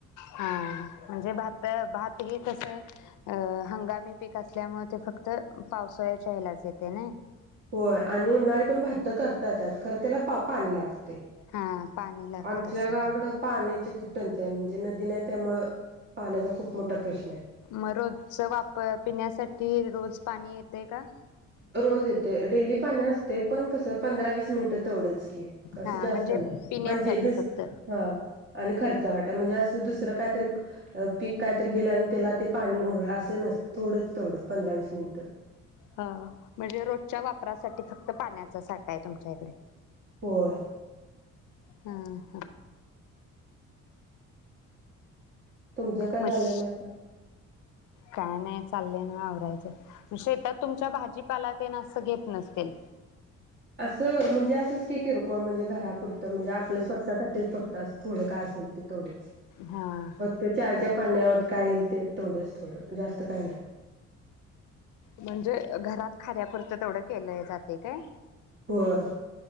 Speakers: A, on the left; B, on the right.
A: हा हा म्हणजे भात, भात हे कसं अ हंगामी पीक असल्यामुळं, ते फक्त पावसाळ्याच्या ह्यलाच येते. नाई?
B: होय, आणि उन्हाळी पण भात्त करता येतात, खरं त्याला पा पाणी लागतय.
A: हा पाणी लागत
B: आमच्या
A: असेल
B: गावाकडं
A: त्याला
B: पान्याची खूप टंचाई आहे, म्हनजे नदी नाही त्यामुळं, पान्याचा खूप मोठा प्रश्न आये.
A: मग रोजच वापर, पिण्यासाठी रोज पाणी येतय का?
B: रोज येते. डेली पाणी असते, पण कसं पंधरा-वीस मिनटं तेवढंच की कसं
A: हा
B: जास्त
A: म्हणजे
B: नाही,
A: पिण्यासाठी
B: म्हनजे दुस
A: फक्त
B: हा, आणि खर्च वाटं, म्हणजे असं दुसरं कायतर पिक काय तरी गेलं आणि त्याला ते पाणी ओरलं, अस नस थोडंच तेवडं पंधरा वीस मिनिटं.
A: हं, म्हणजे रोजच्या वापरासाठी फक्त पाण्याचा साठा आहे तुमच्या इकडे.
B: होय.
A: हा हा.
B: तुमचं काय
A: मश
B: झालंय मग आता?
A: काय नाही चालत ना आवरायचं,, शेतात तुमच्या भाजीपाला ते न असं घेत नसतील.
B: असं म्हणजे असंच कि किरकोळ, म्हणजे घरापुरतं म्हणजे आपल्या स्वतःसाठीच फक्त असं थोड काय असेल ते थोडचं,,
A: हा
B: मग
A: हा
B: ते चारच्या पाण्यावर काय येईल ते थोडंच थोडं, जास्त काय नाही.
A: म्हणजे, घरात खान्यापुरतं तेवढं केलंय जातंय काय?
B: होय,